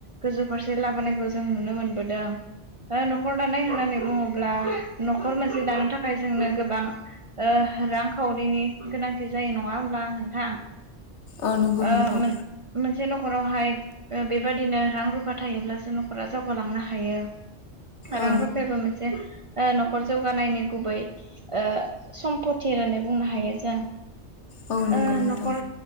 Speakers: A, on the right; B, on the left.
A: गोजौ फारसे लाबोनायखौ जों नुनो मोनबोदों ओ न'खर दानाय होननानै ब्ला न'खर मोनसे दानो थाखाय जोंनो गोबां ओ रांखावरिनि गोनांथि जायो नङा होमब्ला नोंथां
B: औ नंगौ
A: ओ
B: नोंथां
A: मोन मोनसे न' खरावहाय ओ बेबादिनो रां रुफा थायोब्लासो न'खरा जावगालांनो हायो रां
B: औ
A: रुफायाबो मोन से ओ न'खर जौगानायनि गुबै ओ सम्पथि होननानै बुंनो हायो जों
B: औ नंगौ
A: ओ
B: नोंथां
A: न'खर